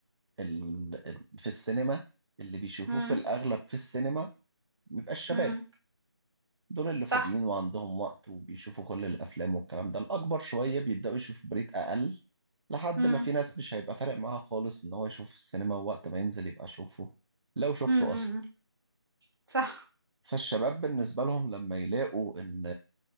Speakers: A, on the right; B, on the right.
A: ال- ال- في السينما اللي بيشوفوه
B: امم
A: في الأغلب في السينما بيبقى الشباب
B: امم
A: دول اللي فاضيين
B: صح
A: وعندهم وقت وبيشوفوا كل الأفلام والكلام ده الأكبر شوية بيبدأوا يشوفوا بريد أقل لحد
B: امم
A: ما في ناس مش هيبقى فارق معاها خالص إن هو يشوف السينما ووقت ما ينزل يبقى شوفه لو شفته
B: امم
A: أصلا
B: صح
A: فالشباب بالنسبة لهم لما يلاقوا إن